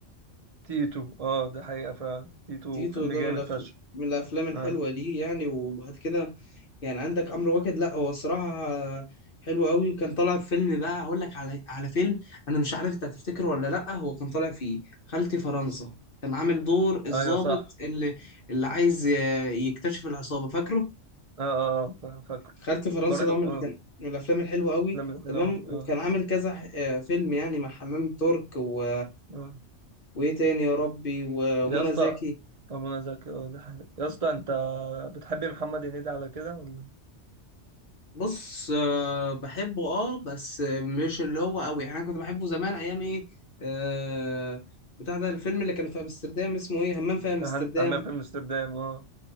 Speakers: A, on the right; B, on the left.
A: تيتو اه ده حقيقة فعلا تيتو
B: تيتو
A: فيلم
B: ده
A: جامد
B: من الافلام
A: فشخ
B: من الافلام الحلوه
A: اه
B: ليه يعني وبعد كده يعني عندك عمرو واكد لا هو الصراحه حلو قوي وكان طالع في فيلم بقى هقول لك على على فيلم انا مش عارف انت هتفتكره ولا لا هو كان طالع فيه خالتي فرنسا كان عامل دور الضابط
A: ايوه صح
B: اللي اللي عايز ي- يكتشف العصابه فاكره
A: اه اه آه، فاكره
B: خالتي فرنسا
A: برضو
B: ده من
A: اه
B: كان من الافلام الحلوه قوي
A: لم الحلو
B: تمام
A: اه
B: وكان عامل كذا ح- آه، فيلم يعني مع حنان ترك و
A: اه
B: وايه تاني يا ربي ومنى
A: يا اسطى
B: زكي
A: آه، منى زكي اه ده حقيقة يا اسطى انت بتحب محمد هنيدي على كده ولا
B: بص آه، بحبه اه بس آه، مش اللي هو قوي يعني انا كنت بحبه زمان ايام ايه آه بتاع ده الفيلم اللي كان في امستردام اسمه ايه همام في امستردام
A: هن- همام في امستردام اه